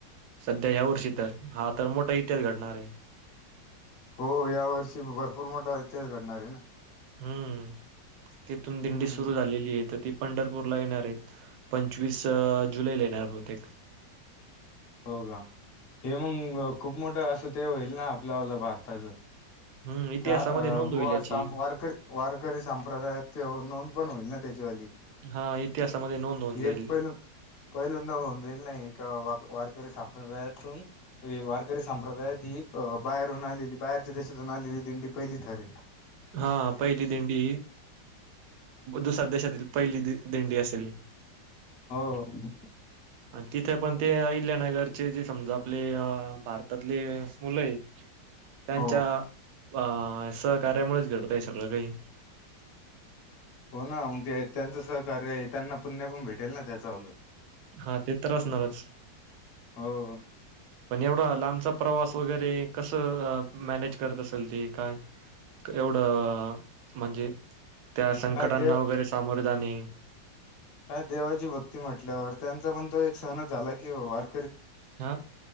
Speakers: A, on the right; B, on the left.
A: सध्या ह्या वर्षी तर हा तर मोठा इतिहास घडणार आहे.
B: हो या वर्षी भर खूप मोठा इतिहास घडणार आहे ना.
A: हम्म‌. तिथून
B: हम्म
A: दिंडी सुरु झालेली आहे तर ती. पंढरपूरला येणार आहेत, पंचवीस अ जुलैला येणार बहूतेक.
B: हो का हे मंग खूप मोठं असं ते होईल ना आपल्याला भारताचं.
A: हम्म इतिहासामध्ये
B: का आ
A: नोंद होईल
B: वा
A: याची.
B: सा वारकरी वारकरी संप्रदायात नोंद पण होईल ना त्याच्यावाली.
A: हा इतिहासामध्ये नोंद होऊन
B: हे
A: जाईल
B: पहिल्या पहिल्यांदा होऊन जाईल ना हे. का वा वारकरी संप्रदायातून वारकरी संप्रदायात ही बाहेरून आलेली, बाहेरच्या देशातून आलेली दिंडी पहिली ठरेल.
A: हा पहिली दिंडी दुसरा देशातील पहिली दिं दिंडी असेल ही.
B: हो हो.
A: आणि तिथे पण ते अहिल्यानगरचे जे समजा आपले भारतातले मुलय. त्यांच्या.
B: हो
A: बा असत. कार्यामुळेच घडत आहे सगळं काही.
B: हो ना मग ते त्यांचं सहकार्य त्यांना पुण्या पण भेटेल ना त्याचावलं.
A: हा ते तर असणारच.
B: हो
A: एवढा लांबचा प्रवास वगैरे कसं अ मॅनेज करत असेल ते काय एवढं म्हणजे. त्या संकटांना
B: काय देव
A: वगैरे सामोर. जाणिव.
B: काय देवाची भक्ती म्हटल्यावर त्यांचा पण तो एक सणंच झाला कि वार.
A: हा